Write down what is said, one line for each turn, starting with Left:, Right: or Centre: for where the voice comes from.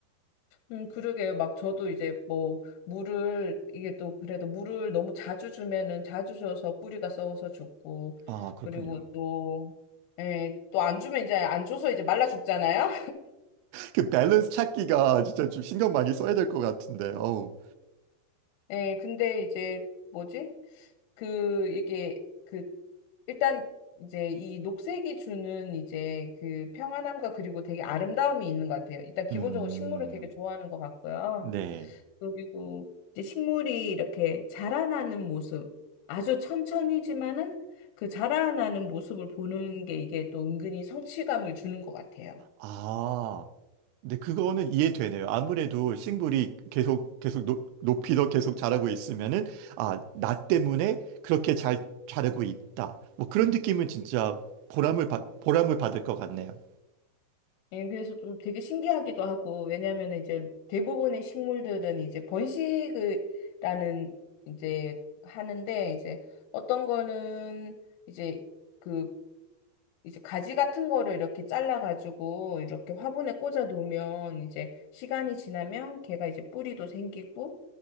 Left: 음, 그러게요. 막 저도 이제 뭐 물을 이게 또 그래도 물을 너무 자주 주면은 자주 줘서 뿌리가 썩어서 죽고
Right: 아, 그렇군요.
Left: 그리고 또 예, 또 안 주면 이제 안 줘서 이제 말라 죽잖아요.
Right: 그 밸런스 찾기가 진짜 좀 신경 많이 써야 될 것 같은데, 어우.
Left: 예, 근데 이제 뭐지? 그 이게 그 일단 이제 이 녹색이 주는 이제 그 평안함과 그리고 되게 아름다움이 있는 것 같아요. 일단 기본적으로
Right: 음,
Left: 식물을 되게 좋아하는 것 같고요.
Right: 네.
Left: 그리고 이제 식물이 이렇게 자라나는 모습, 아주 천천히지만은 그 자라나는 모습을 보는 게 이게 또 은근히 성취감을 주는 것 같아요.
Right: 아, 근데 그거는 이해되네요. 아무래도 식물이 계속, 계속 높, 이더 계속 자라고 있으면은, 아, 나 때문에 그렇게 잘 자라고 있다. 뭐 그런 느낌은 진짜 보람을, 받 보람을 받을 것 같네요.
Left: 예, 그래서 좀 되게 신기하기도 하고, 왜냐하면 이제 대부분의 식물들은 이제 번식을, 라는, 이제 하는데, 이제 어떤 거는 이제 그, 이제 가지 같은 거를 이렇게 잘라가지고 이렇게 화분에 꽂아 놓으면 이제 시간이 지나면 걔가 이제 뿌리도 생기고,